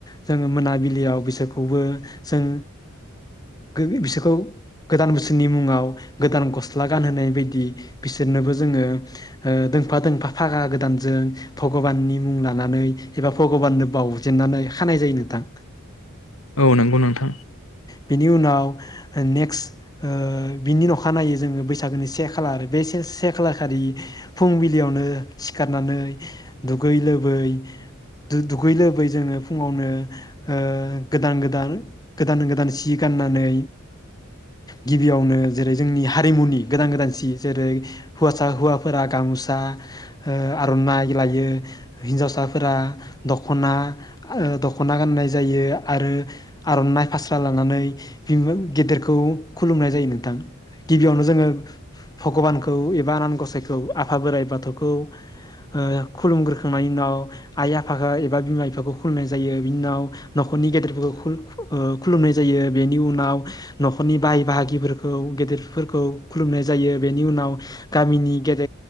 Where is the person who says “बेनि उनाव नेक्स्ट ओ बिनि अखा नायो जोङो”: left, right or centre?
Left